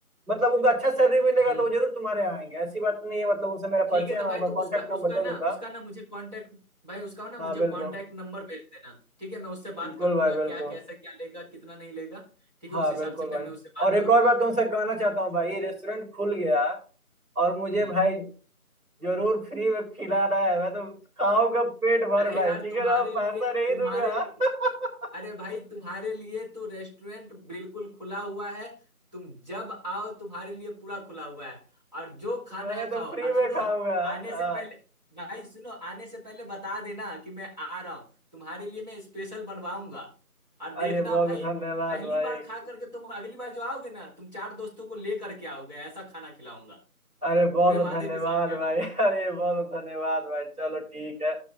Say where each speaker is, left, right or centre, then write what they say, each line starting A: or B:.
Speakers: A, on the right; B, on the right.
A: मतलब उनका अच्छा सैलरी मिलेगा
B: हम्म
A: तो वो जरूर तुम्हारे यहाँ आएंगे ऐसी बात नहीं है मतलब उनसे मेरा
B: ठीक
A: परिचय
B: है
A: है
B: तो भाई
A: मैं उनका
B: तो
A: कॉन्टेक्ट
B: उसका
A: नंबर
B: उसका
A: दे
B: ना
A: दूंगा
B: उसका ना मुझे कांटेक्ट भाई उसका ना
A: हाँ
B: मुझे
A: बिल्कुल
B: कांटेक्ट नंबर भेज देना ठीक है मैं उससे
A: बिल्कुल
B: बात कर लूंगा
A: भाई बिल्कुल
B: क्या कैसा क्या लेगा कितना नहीं लेगा ठीक है
A: हाँ
B: उस हिसाब
A: बिल्कुल
B: से फिर
A: भाई
B: मैं उससे बात
A: और एक
B: करूंगा
A: और बात तुमसे कहना चाहता हूँ भाई रेस्टोरेंट खुल गया और मुझे
B: हम्म
A: भाई जरूर फ्री में खिलाना है मैं तो खाऊंगा पेट भर
B: अरे
A: भाई
B: यार
A: ठीक
B: तुम्हारे
A: है ना पैसा
B: लिए
A: नहीं
B: तुम्हारे
A: दूंगा
B: लिए
A: <laughs>
B: अरे भाई तुम्हारे लिए तो रेस्टोरेंट बिल्कुल खुला हुआ है तुम जब आओ तुम्हारे लिए पूरा खुला हुआ है और जो खाना
A: मैं
B: है खाओ
A: तो फ्री
B: और
A: में
B: सुनो
A: खाऊंगा
B: आने
A: हाँ
B: से पहले भाई सुनो आने से पहले बता देना कि मैं आ रहा हूँ तुम्हारे लिए मैं स्पेशल बनवाऊंगा और देखना
A: अरे बहुत
B: भाई
A: धन्यवाद
B: पहली
A: भाई
B: बार खा करके तुम अगली बार जो आओगे ना तुम चार दोस्तों को ले करके आओगे ऐसा खाना खिलाऊंगा
A: अरे बहुत
B: पूरे वादे
A: धन्यवाद
B: के साथ कह
A: भाई
B: रहा हूँ
A: <laughs> अरे बहुत धन्यवाद भाई चलो ठीक है